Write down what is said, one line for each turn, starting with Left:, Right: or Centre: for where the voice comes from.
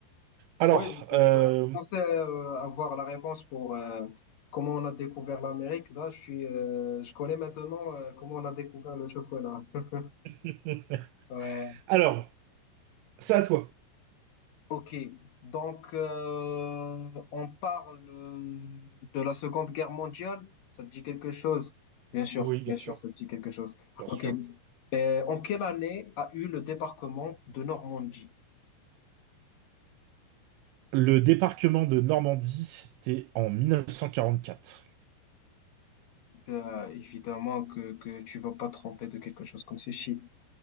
Right: Alors,
Left: Ouais, je,
Right: euh,
Left: ben, je pensais euh, avoir la réponse pour euh, comment on a découvert l'Amérique. Là, je suis, euh, je connais maintenant euh, comment on a découvert le chocolat. <laughs>
Right: <laughs>
Left: Ouais.
Right: alors, c'est à toi.
Left: Ok, donc euh, on parle euh, de la Seconde Guerre mondiale. Ça te dit quelque chose? Bien sûr,
Right: Oui, bien
Left: bien sûr,
Right: sûr,
Left: ça te dit quelque chose.
Right: bien
Left: Ok.
Right: sûr.
Left: Euh, en quelle année a eu le débarquement de Normandie?
Right: Le débarquement de Normandie, c'était en 1944.
Left: Euh, évidemment que, que tu vas pas te tromper de quelque chose comme ceci.